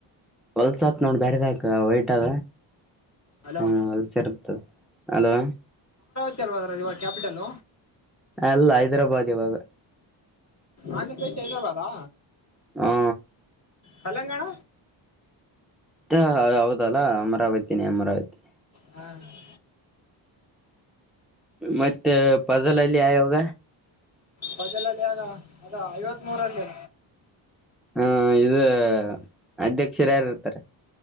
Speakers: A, in the centre; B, on the left.
A: ಹೊಲ್ಸತ್ ನೋಡ್ ಬೇರೆ ಸಾಕ ವಯಟ್ದ
B: ಹಲೋ
A: ಹಾ ವಲ್ಸರ್ದು ಅಲೋ
B: ವ ಇವಾಗ ಕ್ಯಾಪಿಟಲ್
A: ಅಲ್ಲ ಹೈದ್ರಾಬಾದ್ ಇವಾಗ
B: ಆಂಧ್ರ ಪ್ರದೇಶ್ ಹೈದ್ರಾಬಾದಾ
A: ಹಾ
B: ಕಲಂಗಾಣ
A: ಅ ಹೌದಲ್ಲ ಅಮರಾವತಿನೇ ಅಮರಾವತಿ
B: ಹ್ಮ ಹ
A: ಮತ್ತೆ ಫಜಲಲ್ಲಿ ಆಯೋಗ
B: ಪಜಲಲ್ಲಿ ಆಗ ಐವತ್ ಮೂರಲ್ಲಿ
A: ಹಾ ಇದು ಅಧ್ಯಕ್ಷರ ಯಾರ ಇರ್ತಾರೆ